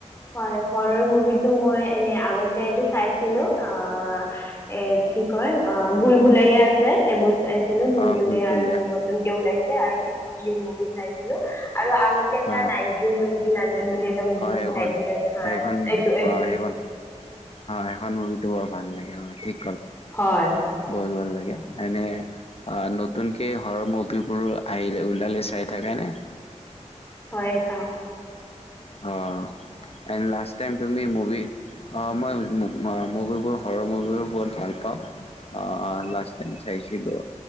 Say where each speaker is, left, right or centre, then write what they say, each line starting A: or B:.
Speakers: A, on the left (about 20°); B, on the left (about 55°).
A: হয়, হৰৰ মুভিটো মই এনে, আগত এইটো চাইছিলো অ, এ, কি কয় অ, ভুল ভোলায়া আছে। সেইবোৰ চাইছিলো ভুলভূলয়া
B: অ ভুল ভুলিয়া
A: আৰু নতুনকে ওলাইছে আৰু। মুভি চাইছিলো <unintelligible> আৰু আগতে
B: অ
A: এটা নাইনিন টুৱটি নাই বুলি এটা মুভি আছে।
B: সখন-সেইখন
A: নাইনটিন টুৱেন্টি হয় এইটো এইটো
B: অ, সেইখন অ, সেইখন মু টো বৰ ভাল লাগে অ, ঠিক
A: হয়
B: বহুত ভাল লাগ <inaudible> এনে নতুনকে হৰৰ মুভিবোৰ আহিল ওলালে চাই থাকে নে?
A: হয় চাও
B: অহ এণ্ড লাষ্ট টাইম তুমি মৱী অ মই মুভিবোৰ হৰৰ মুভিবোৰ বহুত ভাল পাওঁ অ লাষ্ট টাইম চাইছিলোঁ